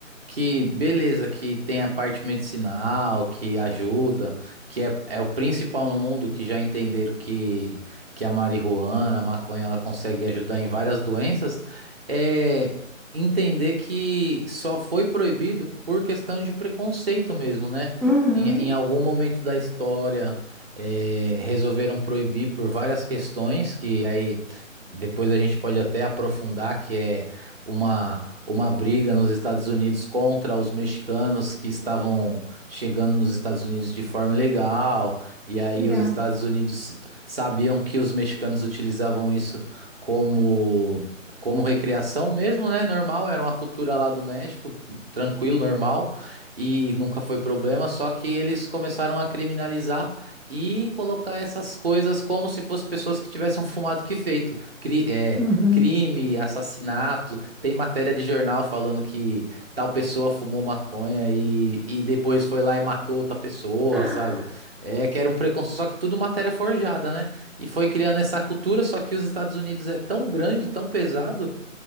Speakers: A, on the right (about 45°); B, in the centre.
A: Que beleza, que tem a parte medicinal, que ajuda, que é, é o principal no mundo, que já entenderam que, que a marihuana, a maconha, ela consegue ajudar em várias doenças, é entender que só foi proibido por questão de preconceito mesmo, né?
B: Uhum,
A: Em, em algum momento da história eh, resolveram proibir por várias questões, que aí depois a gente pode até aprofundar, que é uma, uma briga nos Estados Unidos contra os mexicanos que estavam chegando nos Estados Unidos de forma ilegal, e aí
B: legal.
A: os Estados Unidos sabiam que os mexicanos utilizavam isso como como recreação mesmo, né? Normal, era uma cultura lá do México, tranquilo, normal, e nunca foi problema, só que eles começaram a criminalizar e colocar essas coisas como se fossem pessoas que tivessem um fumado que feito. Cri- é,
B: Uhum.
A: crime, assassinato. Tem matéria de jornal falando que tal pessoa fumou maconha e, e depois foi lá e matou outra pessoa,
B: <laughs>
A: sabe? É que era um preconceito. Só que tudo matéria forjada, né? E foi criando essa cultura. Só que os Estados Unidos é tão grande, tão pesado,